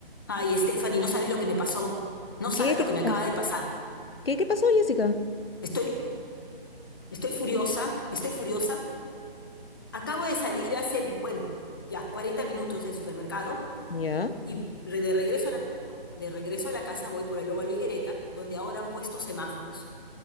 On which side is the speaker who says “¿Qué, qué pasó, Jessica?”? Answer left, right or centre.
Left